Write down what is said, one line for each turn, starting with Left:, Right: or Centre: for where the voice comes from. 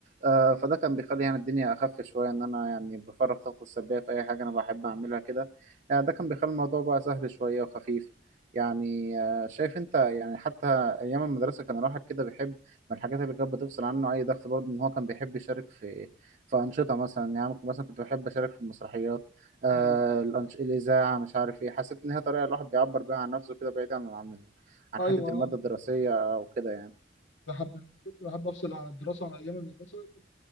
Right: آه، فده كان بيخلي يعني الدنيا اخف شويه ان انا يعني بفرغ طاقتي السلبيه في اي حاجه انا بحب اعملها كده آه، ده كان بيخلي الموضوع بقى سهل شويه وخفيف يعني شايف انت يعني حتى ايام المدرسه كان الواحد كده بيحب من الحاجات اللي كانت بتفصل عنه اي ضغط برضه ان هو كان بيحب يشارك في في انشطه مثلا يعني ممكن مثلا كنت بحب اشارك في المسرحيات آه
Left: ايوه
Right: الأنش... الاذاعه مش عارف ايه حسيت ان هي طريقه الواحد بيعبر بيها عن نفسه كده بعيدا عن عن ال- عن
Left: ايوه
Right: حته الماده
Left: آه.
Right: الدراسيه وكده يعني
Left: بحب لما كنت بحب افصل عن الدراسه عن ايام المدرسه كنت